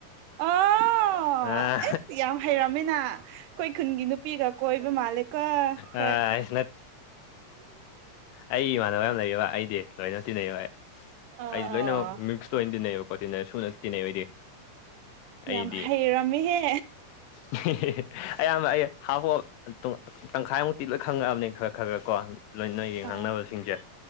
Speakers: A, on the right; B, on the left.
A: ꯑꯣ
B: ꯑꯥ
A: ꯑꯦꯁ ꯌꯥꯝ ꯍꯩꯔꯝꯃꯤꯅ ꯑꯩꯈꯣꯏ ꯈꯨꯟꯒꯤ ꯅꯨꯄꯤꯒ ꯀꯣꯏꯕ ꯃꯥꯜꯂꯦꯀꯣꯏ
B: ꯑꯁ ꯑꯩꯒꯤ ꯏꯃꯥꯟꯅꯕ ꯌꯥꯝ ꯂꯩꯕ ꯑꯩꯗꯤ ꯂꯣꯏꯅ ꯇꯤꯟꯅꯩꯌꯦꯕ
A: ꯑꯣ
B: ꯑꯩꯗꯤ ꯂꯣꯏꯅꯃꯛ ꯃꯤꯁ ꯇꯣꯏꯅ ꯇꯤꯟꯅꯩꯑꯕꯀꯣ ꯇꯤꯟꯅꯩ ꯁꯨꯅ ꯇꯤꯟꯅꯩ ꯑꯣꯏꯗꯤ ꯑꯩꯗꯤ
A: ꯌꯥꯝ ꯍꯩꯔꯝꯃꯤꯍꯦ
B: <unintelligible> ꯑꯌꯥꯝꯕ ꯑꯩ ꯍꯥꯐ ꯇꯪꯈꯥꯏꯃꯨꯛꯇꯤ ꯂꯣꯏ ꯈꯪꯉꯛꯑꯕꯅꯤ ꯈꯔ ꯈꯔ ꯈꯔ ꯀꯣ ꯂꯣꯏꯅ ꯌꯦꯡꯍꯥꯡꯅꯕꯁꯤꯡꯁꯦ
A: ꯑꯥ